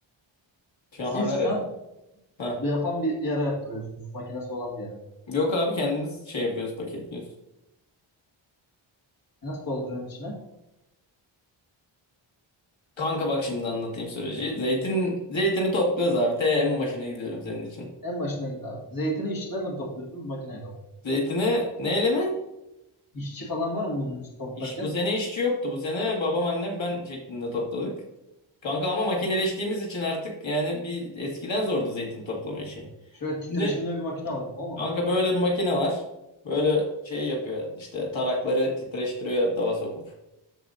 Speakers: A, on the left (about 65°); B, on the left (about 45°).
A: Şahane
B: Siz
A: resim.
B: şu an
A: Ha.
B: bu yapan bir yere yaptırıyorsunuz. Makinesi olan bir yere.
A: Yok abi kendimiz şey yapıyoruz paketliyoruz.
B: E Nasıl dolduruyorsun içine?
A: Kanka bak şimdi anlatayım süreci. Zeytin zeytini topluyoruz abi. Te en başına gidiyorum senin için.
B: En başına git abi. Zeytini işçilerle mi topluyorsunuz? Makineyle mi?
A: Zeytini neyle mi?
B: İşçi falan var mı bunun için toplarken?
A: İş, bu sene işçi yoktu. Bu sene babam annem ben şeklinde topladık. Kanka ama makineleştiğimiz için artık yani bir eskiden zordu zeytin toplama işi.
B: Şöyle titreşimli
A: Şimdi
B: bir makine var. O mu?
A: kanka böyle bir makine var. Böyle şey yapıyor işte tarakları titreştiriyor dala sokup.